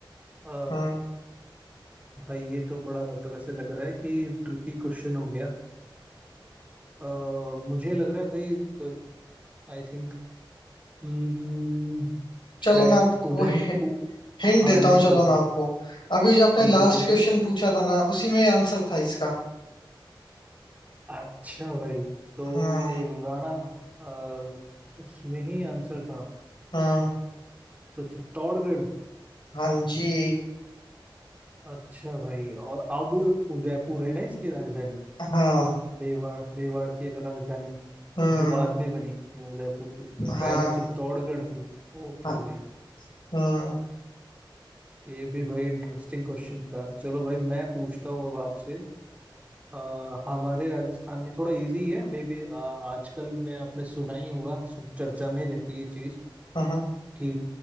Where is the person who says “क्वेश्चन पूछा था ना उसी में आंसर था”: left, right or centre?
Left